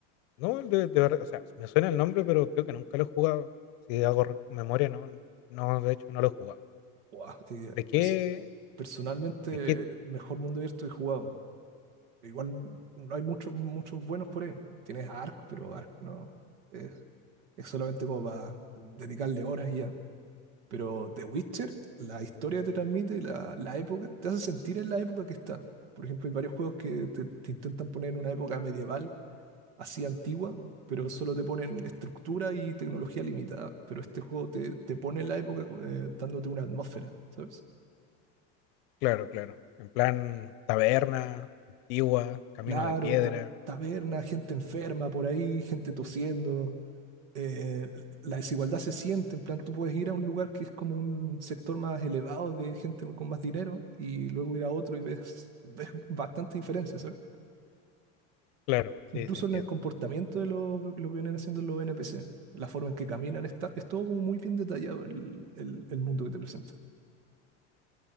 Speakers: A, on the left; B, on the right.
A: no, el de, de verdad, o sea, me suena el nombre, pero creo que nunca lo he jugado. Si hago re- memoria, no, no, de hecho no lo he jugado.
B: Buah, eh,
A: ¿De qué?
B: pers- personalmente,
A: de Kit,
B: el mejor mundo abierto que he jugado. Igual no hay muchos muchos buenos por ahí. Tienes Ark, pero Ark no. Es, es solamente como para dedicarle horas y ya. Pero The Witcher, la historia te transmite, la, la época, te hace sentir en la época que está. Por ejemplo, hay varios juegos que te, te intentan poner en una época medieval, así antigua, pero solo te ponen estructura y tecnología limitada. Pero este juego te, te pone en la época eh, dándote una atmósfera, ¿sabes?
A: claro, claro. En plan taberna, antigua, camino
B: Claro,
A: de piedra.
B: ta- taberna, gente enferma por ahí, gente tosiendo, eh, la desigualdad se siente, en plan, tú puedes ir a un lugar que es como un sector más elevado de gente con más dinero y luego ir a otro y ves, <laughs> ves bastante diferencia, ¿sabes?
A: Claro,
B: Incluso
A: sí, sí, entiendo.
B: en el comportamiento de lo, lo que vienen haciendo los NPC, la forma en que caminan, está, es todo como muy bien detallado el, el- el mundo que te presenta.